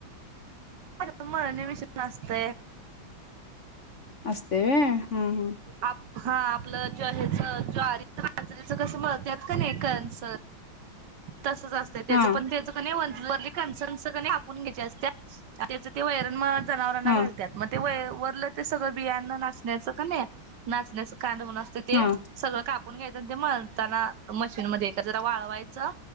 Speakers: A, on the right; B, on the left.
A: तुम्हाला निमष ना असत.
B: असस्तेव हा ह
A: हा आपलं ज हच ज्वारी बाजरीच कसं मत का नाहीकनच तसं तसं
B: हा
A: त्याच
B: हा
A: पण त्याच क वर क क कााून घ्यायचे असत्या त्याच ते वैरन जनावरांना
B: हा हा
A: घालतात मग ते व वरलं ते सगळं बियाणं नाचण्याचं का नाही नाचण्याच कांड म्हण असत ते
B: हा
A: सगळं कापून घ्यायचं ते मळताना मशीनमध्येध्ये एकच वाळवायचं